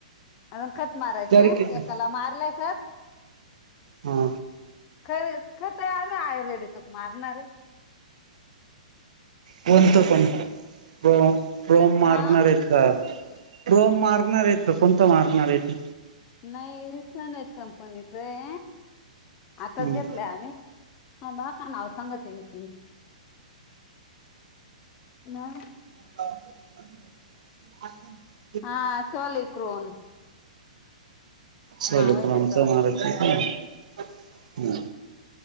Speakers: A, on the left; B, on the right.
A: अजून खत मारायचे,
B: तरी किती
A: एकाला मारलय खत.
B: हा.
A: खर-खत् आणि आयुर्वेदिकच मारणार आहे.
B: कोणतं पण? प्रो -प्रोम मारणार
A: आ
B: आहे? का प्रोम मारणार आहेत का कोणत मारणार आहे?
A: नाही. रिसनच कंपनीच आहे, आताच
B: हम्म
A: घेतलं आम्ही. ह <unintelligible> का नाव सांगते मी. ना
B: <unintelligible>
A: हा. सोली प्रोन.
B: सोली
A: आहे
B: प्रोन
A: त्याचं
B: च
A: वाला
B: मारत आहे का? हा.